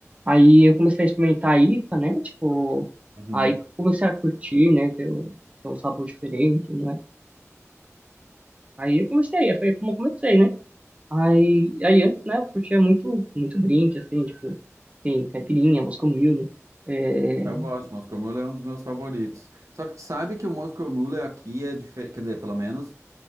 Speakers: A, on the right; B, on the right.
A: Aí eu comecei a experimentar a IPA, né? Tipo,
B: Uhum.
A: aí que eu comecei a curtir, né? Ter um, ter um sabor diferente, não é? Aí eu comecei, aí foi como eu comecei, né? Aí, aí antes, né, eu curtia muito, muito drink, assim, tipo, assim, caipirinha, Moscow Mule, né?
B: Eu gosto, Moscow Mule é um dos meus favoritos. Só que tu sabe que o Moscow Mule aqui é diferente, quer dizer, pelo menos,